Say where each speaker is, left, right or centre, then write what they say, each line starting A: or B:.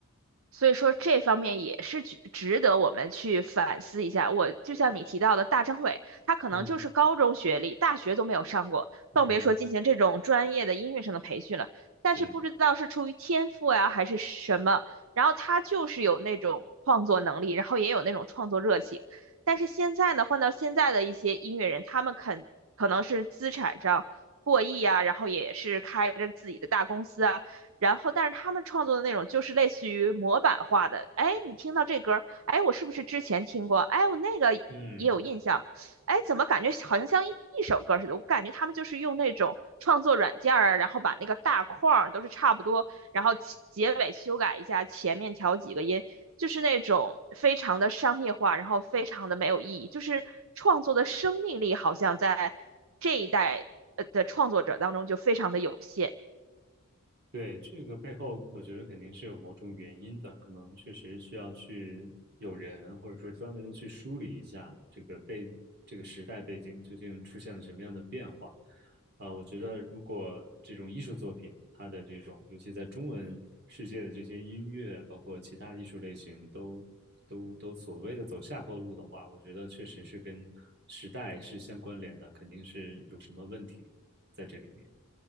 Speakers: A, on the right; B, on the right.
A: 所以说这方面也是值值得我们去反思一下。我就像你提到的，大张伟，他可能就是高中学历，
B: 嗯
A: 大学都没有上过，
B: 嗯哼，
A: 更别说进行这种专业的音乐上的培训了。但是不知道是出于天赋呀，
B: 对，
A: 还是什么，然后他就是有那种创作能力，然后也有那种创作热情。但是现在呢，换到现在的一些音乐人，他们肯可能是资产上过亿啊，然后也是开着自己的大公司啊。然后，但是他们创作的内容就是类似于模板化的。哎，你听到这歌哎，我是不是之前听过？哎，我那个也有印象。
B: 嗯。
A: 哎，怎么感觉好像像一一首歌似的？我感觉他们就是用那种创作软件儿，然后把那个大框儿都是差不多，然后其结尾修改一下，前面调几个音，就是那种非常的商业化，然后非常的没有意义。就是创作的生命力好像在这一代呃的创作者当中就非常的有限。
B: 对，这个背后，我觉得肯定是有某种原因的，可能确实需要去有人，或者说专门的去梳理一下这个背这个时代背景究竟出现了什么样的变化。啊、我觉得如果这种艺术作品，它的这种，尤其在中文世界的这些音乐，包括其他的艺术类型都都都所谓的走下坡路的话，我觉得确实是跟时代是相关联的，肯定是有什么问题在这里面。